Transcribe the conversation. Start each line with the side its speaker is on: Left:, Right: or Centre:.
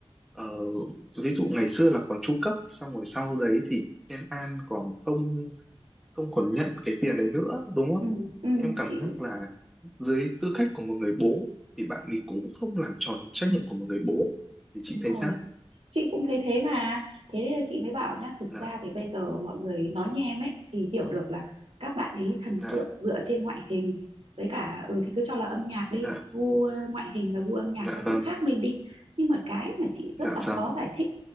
Centre: ờ, ví dụ ngày xưa là còn chu cấp xong rồi sau đấy thì Thiên An còn không không còn nhận cái tiền đấy nữa đúng không
Right: ừ ừ
Centre: thì em cảm
Right: chị
Centre: giác là dưới tư cách của một người bố thì bạn ấy cũng không làm tròn trách nhiệm của một người bố thì chị
Right: đúng
Centre: thấy
Right: rồi
Centre: sao
Right: chị cũng thấy thế mà thế nên là chị mới bảo nhá thực
Centre: dạ
Right: ra thì bây giờ mọi người nói như em ấy thì hiểu được là các bạn ấy thần
Centre: dạ
Right: tượng dựa trên ngoại hình với cả ừ thì cứ cho là âm nhạc đi
Centre: dạ
Right: gu ờ, ngoại hình và gu âm nhạc
Centre: dạ
Right: nó
Centre: vâng
Right: cũng khác mình đi nhưng mà cái mà chị
Centre: dạ
Right: rất là
Centre: vâng
Right: khó giải thích